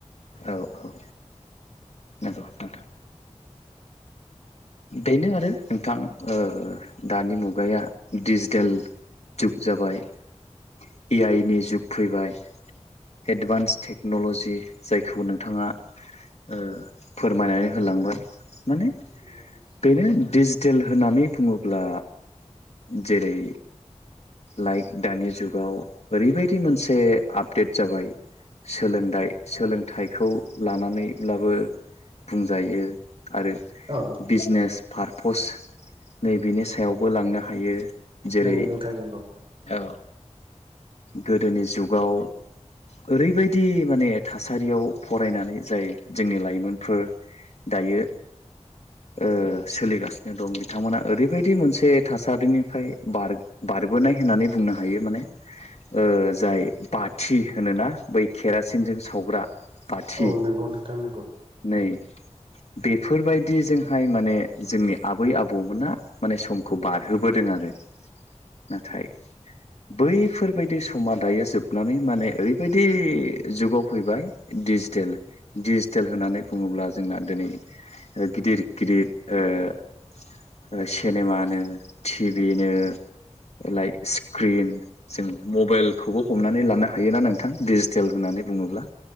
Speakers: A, on the left (about 60°); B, on the right (about 50°).
A: औ औ नंगौ नोंथा। बेनो आरो नोंथां। ओ दानि मुगाया दिडिजिटेल जुग जाबाय। ए आइ नि जुग फैबाय एडभान्स थेक्न'लजि जायखौ नोंथाङा ओ फोरमायनानै होलांबाय। माने
B: आंनि दि <unintelligible>
A: बेनो डिजिटेल होननानै बुङोब्ला जेरै लाइक दानि जुगाव ओरैबायदि मोनसे आपडेट जाबाय सोलोंदाइ सोलोंथाइखौ लानानैब्लाबो बुंजायो। आरो
B: औ
A: नेस पारपस नै बेनि सायावबो लांनो हायो। जेरै
B: नोंगौ नोंथां नोंगौ
A: ओ गोदोनि जुगाव ओरैबायदि माने थासारियाव फरायनानै जाय जोंनि लाइमोनफोर दायो ओ सोलिगासिनो दं बिथांमोना ओरैबायदि मोनसे थासारिनिफ्राय बार बारबोनाय होननानै बुंनो हायो माने ओ जाय बाथि होनोना बै केरासिनजों सावग्रा पाथि
B: औ नंगौ नोंथां नंगौ
A: नै बेफोरबायदिजोंहाय माने जोंनि आबै आबौमोना माने समखौ बारहोबोदों आरो नाथाय बैफोरब ओरैबायदि समा दायो जोबनानै माने ओरैबायदि जुगाव फैबाय डिजिटेल डिजिटेल होननानै बुंङोब्ला जोंना दिनै ओ गिदिर गिदिर ओ सिनेमानो टिभिनो लाइ स्क्रिन जों मबाइलखौबो हमनानै लानो हायोना नोंथां डिजिटेल होननानै बुङोब्ला